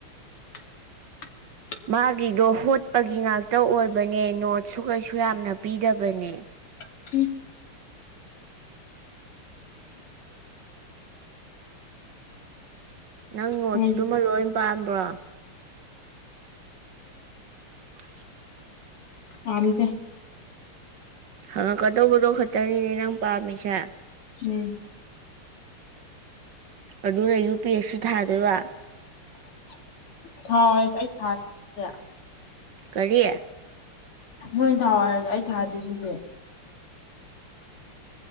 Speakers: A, on the left; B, on the right.
A: <inaudible>
B: ꯃꯥꯒꯤꯗꯣ ꯍꯣꯠꯄꯒꯤ ꯉꯥꯛꯇ ꯑꯣꯏꯕꯅꯦ ꯅꯣꯠꯁꯨ ꯀꯩꯁꯨ ꯌꯥꯝꯅ ꯄꯤꯗꯕꯅꯦ
A: <unintelligible>
B: ꯅꯪ ꯅꯣꯠꯁꯇꯨꯃ
A: ꯍꯣꯏ
B: ꯂꯣꯏ ꯄꯥꯝꯕ꯭ꯔꯣ <inaudible>
A: ꯄꯥꯝꯗꯦ
B: ꯍꯡꯉꯛꯀꯗꯧꯕꯗꯣ ꯈꯇꯅꯤꯅꯦ ꯅꯪ ꯄꯥꯝꯃꯤꯁꯦ
A: ꯎꯝ
B: ꯑꯗꯨꯅ ꯌꯨ ꯄꯤ ꯑꯦꯁ ꯁꯤ ꯊꯥꯗꯣꯏꯕ
A: ꯊꯥꯎ ꯍꯥꯏꯔꯁꯨ ꯑꯩ <unintelligible>
B: ꯀꯔꯤ
A: ꯃꯣꯏꯅ ꯊꯥꯎ ꯍꯥꯏꯔꯁꯨ ꯑꯩ ꯊꯥꯗ꯭ꯔꯤꯁꯤꯗꯤ